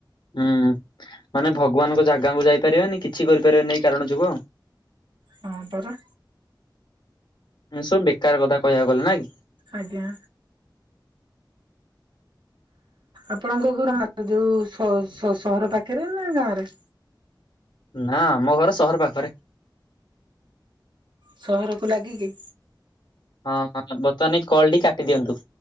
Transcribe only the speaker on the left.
ହୁଁ ମାନେ ଭଗବାନଙ୍କ ଜାଗାଙ୍କୁ ଯାଇପାରିବାନି କିଛି କରିପାରିବାନି ଏଇ କାରଣ ଯୋଗୁ।
ଏସବୁ ବେକାର କଥା କହିବାକୁ ଗଲେ ନା କି?
ନା ଆମ ଘର ସହର ପାଖରେ।
ହଁ ବର୍ତ୍ତମାନ ଏଇ କଲଡି କାଟି ଦିଅନ୍ତୁ।